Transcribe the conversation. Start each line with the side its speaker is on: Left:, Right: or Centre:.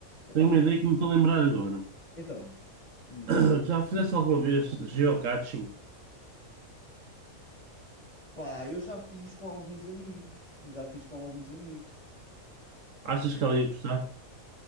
Left: Epá,
Right: tenho
Left: não-
Right: uma ideia que me estou a lembrar agora.
Left: Então, diz-me.
Right: <clears throat> Já fizeste alguma vez geocaching?
Left: Epá, eu já fiz com alguns amigos. Já fiz com alguns amigos.
Right: Achas que ela ia gostar?